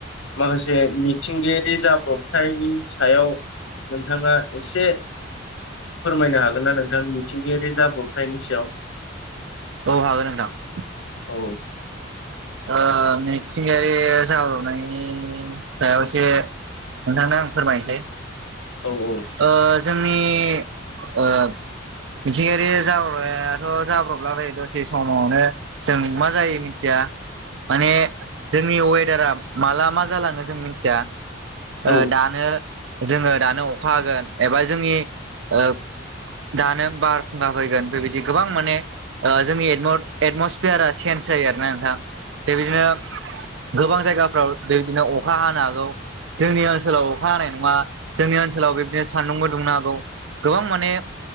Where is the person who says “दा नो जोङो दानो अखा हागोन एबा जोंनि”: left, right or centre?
Right